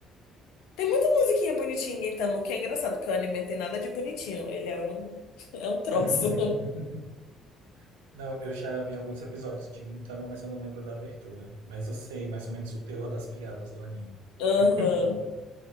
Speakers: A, on the left; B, on the right.
A: Tem muita musiquinha bonitinha em Gintama, o que é engraçado, porque o anime não tem nada de bonitinho. Ele é um, <laughs> é um troço.
B: <laughs> Não, eu já vi alguns episódios de Gintama, mas eu não lembro da abertura. Mas eu sei mais ou menos o terror das piadas do anime.
A: <laughs> Aham.
B: <laughs>